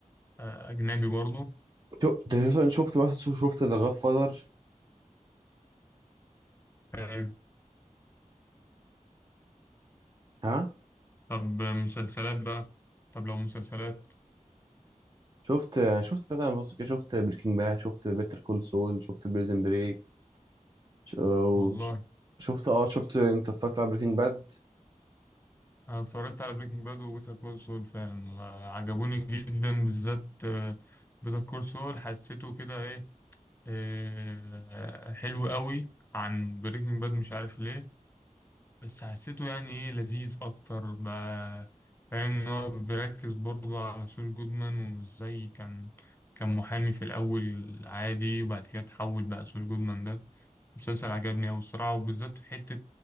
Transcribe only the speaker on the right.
شو- ده شفت شفت بس شفت ذا جاد فاذر
ها
شفت شفت كده بص كده شفت بريكنج باد شفت بيتر كول سول شفت بريزن بريك ش- وش-
شفت اه شفت انت اتفرجت على بريكنج باد